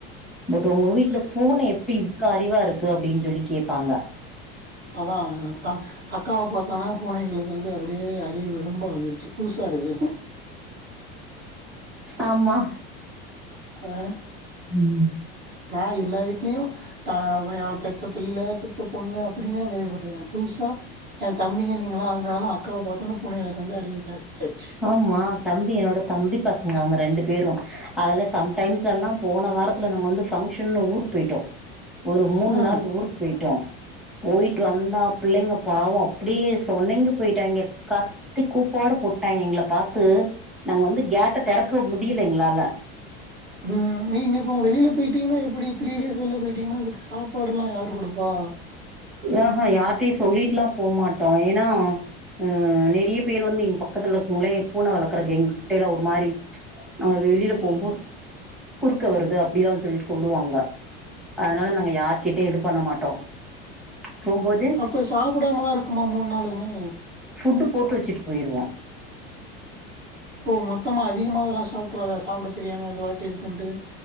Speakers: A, in the centre; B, on the right.
A: பட் உங்க வீட்ல பூன எப்டி இவ்ளோ அறிவா இருக்கு அப்டின்னு சொல்லி கேட்பாங்க
B: அதா ஆ அக்காவ பாத்தோனா பூனைகளுக்கு வந்து அப்டியே அறிவு வந்து ரொம்ப வந்துருச்சு புதுசா இருக்கு
A: ஆமா
B: ஆஹ
A: ம்
B: நாய் எல்லா வீட்லயு நா பெத்த பிள்ள பெத்த பொண்ணு அப்டின்னு தா கேள்விப்பட்டிருக்கே புதுசா ஏன் தம்பிங்க நீங்கெல்லா அதுனால தான் அக்காவ பாத்தோனா புனைகளுக்கு வந்து அறிவு ஆயிடுச்சு
A: ஆமா தம்பி என்னோட தம்பி பசங்க அவங்க ரெண்டு பேரு அதுல சம்டைம்ஸ் எல்லா போன வாரத்துல நாங்க வந்து பங்க்ஷன்னு ஊருக்கு போயிட்டோ ஒரு மூணு
B: ஆ
A: நாள் ஊருக்கு போயிட்டோ போயிட்டு வந்தா புள்ளைங்க பாவோ அப்டியே சொனைங்கீ போயிட்டாங்க கத் கத்தி கூப்பாடு போட்டாங்க எங்கள பாத்து நாங்க வந்து கேட்ட தெறக்க முடில எங்களால
B: ம் நீங்க இப்போ வெளில போயிட்டீங்கனா எப்டி த்ரீ டேஸ் வெள்ல போய்ட்டீங்கனா அதுக் சாப்பாடெல்லா யாரு குடுப்பா
A: ம்ஹ யார்டயு சொல்லிட்டுல்லா போமாட்டோ ஏனா ம்ஹ் நெறைய பேர் வந்து எங் பக்கத்துல இருக்கவங்களே பூன வளக்குற கேங்கு எங்க கிட்டைல ஒரு மாரி நாங்க வெளில போம்போது குறுக்க வருது அப்டிலா சொல்லி சொல்லுவாங்க அதனால நாங்க யார்கிட்டயு இது பண்ண மாட்டோ போம்போது
B: அப்ப சாப்படாமலா இருக்குமா மூணு நாளுமே
A: ஃபுட்டு போட்டு வெச்சுட்டு போயிருவோ
B: ஓ மொத்தமா அதிகமா இதல்லாம் சாப்ட்றாத சாப்புட தெரியாம இது பாட்டு இருக்குன்ட்டு